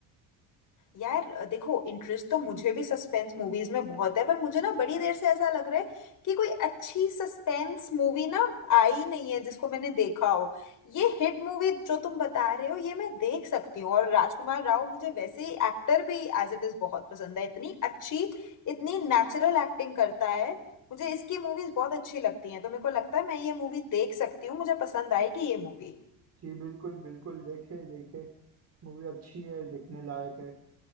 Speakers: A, on the left; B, on the right.
A: यार देखो इंटरेस्ट तो मुझे भी सस्पेंस मूवीज में बहुत है पर मुझे ना बड़ी देर से ऐसा लग रहा है कि कोई अच्छी सस्पेंस मूवी ना आई नहीं है जिसको मैंने देखा हो ये हिट मूवी जो तुम बता रहे हो ये मैं देख सकती हूँ और राजकुमार राव मुझे वैसे ही एक्टर भी एज इट इज बहुत पसंद है इतनी अच्छी इतनी नेचुरल एक्टिंग करता है मुझे इसकी मूवीज बहुत अच्छी लगती हैं तो मेरे को लगता है मैं ये मूवी देख सकती हूँ मुझे पसंद आएगी ये मूवी
B: जी बिल्कुल बिल्कुल देखे देखे मूवी अच्छी है देखने लायक है